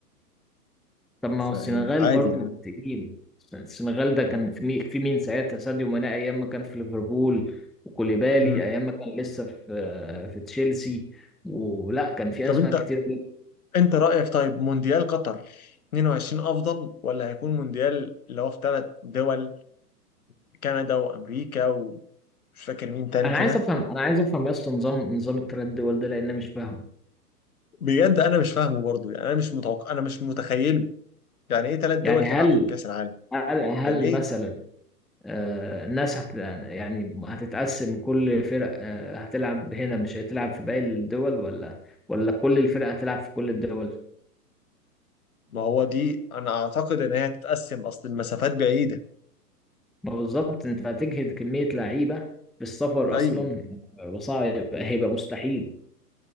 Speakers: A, in the centre; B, on the left.
A: طب ما
B: فيعني
A: هو السنغال
B: عادي
A: برضو
B: يعني
A: تقيل السنغال ده كان في مين في مين ساعتها ساديو ماني أيام ما كان في ليفربول وكوليبالي
B: مم.
A: أيام ما كان لسه في في تشيلسي ولا كان في
B: طب
A: أسماء
B: انت
A: كتير
B: انت رأيك طيب مونديال قطر 22 افضل ولا هيكون مونديال اللي هو في ثلاث دول كندا وامريكا ومش فاكر مين تاني
A: انا
B: كده
A: عايز افهم انا عايز افهم يا اسطى نظام نظام التردد الدول ده لان أنا مش فاهمه
B: بجد انا مش فاهمه برضه يعني انا مش متوقع انا مش متخيله يعني ايه ثلاث دول
A: يعني
B: تلعب
A: هل
B: فيهم كاس العالم
A: هل هل
B: يعني ايه
A: مثلا آه، الناس هت يعني هتتقسم كل فرق آه، هتلعب هنا مش هتلعب في باقي الدول ولا ولا كل الفرق هتلعب في كل الدول
B: ما هو دي انا اعتقد ان هي هتتقسم اصل المسافات بعيده
A: ما بالظبط انت هتجهد كمية لعيبة في السفر
B: ايوه
A: اصلا وصعب هيبقى مستحيل